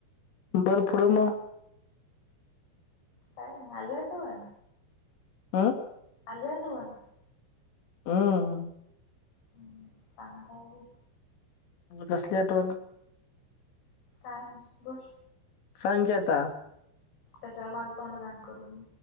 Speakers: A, on the left; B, on the left.
A: बर पुुढ मग.
B: काय नाही आली आठवण.
A: हम.
B: आली आठवण
A: हम.
B: हम्म चांगलं आहे ग.
A: कसली आठवण.
B: काय नाही बस.
A: सांग की आता.
B: त्याच्याला माझं तोंड घाण करून